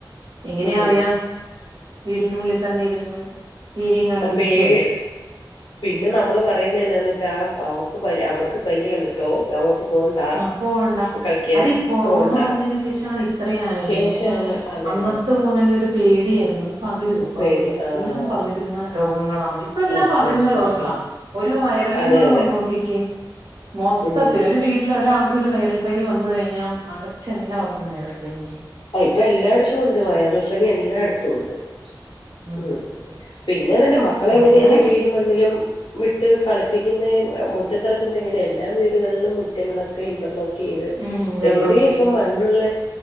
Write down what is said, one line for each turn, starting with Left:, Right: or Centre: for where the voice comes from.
Right: എങ്ങനെയ
Left: ഉം
Right: അറിയാ വീടിന്റെ ഉള്ളിൽ തന്നെ ഇരുന്ന് ടിവിയും കണ്ടിരിക്കു
Left: അപ്പൊ ഏ
Right: അല്ലേ
Left: പിന്നെ നമ്മള് പറയുന്ന എന്നാന്ന് വെച്ചാ ആ അവക്ക് പന് അവർക്ക് പനിയാണ്ട്ടോ അങ്ങോട്ട് പോണ്ട
Right: ആഹ് പോവണ്ട
Left: കളിക്കാൻ
Right: അതീ കൊറോണ
Left: പോണ്ട
Right: വന്നയ്ന് ശേഷാണ് ഇത്ര ആയത്
Left: ശേഷാണ്
Right: നമുക്ക്
Left: അതെ
Right: അന്നത്തെ
Left: അതെ അതെ
Right: മുതൽ ഒരു പേടിയായിരുന്നു പകരോ പകരോ
Left: പേടിയ ആഹ്
Right: എല്ലാം പകരുന്ന രോഗങ്ങളാണ് ഇപ്പ എല്ലാം
Left: ആഹ്
Right: പകരുന്ന
Left: ആഹ്
Right: രോഗങ്ങളാ
Left: ആഹ് ആഹ്
Right: ഒരു വൈറൽ
Left: അതെ
Right: ഫീവർ
Left: അതെ
Right: വന്ന് നോക്കിക്കേ മൊത്തത്തി
Left: ഉം
Right: ഒരു വീട് ട്ട്ലെ ഒരാൾക്കൊരു വയരൽപ്പനി വന്ന് കഴിഞ്ഞാ അടച്ചല്ലാവർക്കും വൈറൽപ്പനിയായി
Left: ഇപ്പൊ എല്ലായിടത്തും ഉണ്ട് വയറിൽപ്പനി എല്ലായിടത്തും ഉണ്ട്
Right: അതെ
Left: ഉം പിന്നെ തന്നെ മക്കളെ
Right: അല്ല
Left: എങ്ങനെയാ
Right: അങ്ങനെ
Left: ചെളിയിലും മണ്ണിലും വിട്ട് കളിപ്പിക്കുന്ന മുറ്റത്തിറക്കുന്ന എങ്ങനെ എല്ലാ വീടുകളിലും മുറ്റങ്ങളൊക്കെ ഇന്റർലോ ക്കെയ്ത്
Right: ഉം ഇന്റർലോക്ക്
Left: എവിടെയ ഇപ്പ
Right: ചെയ്തു.
Left: മണ്ണുള്ളേ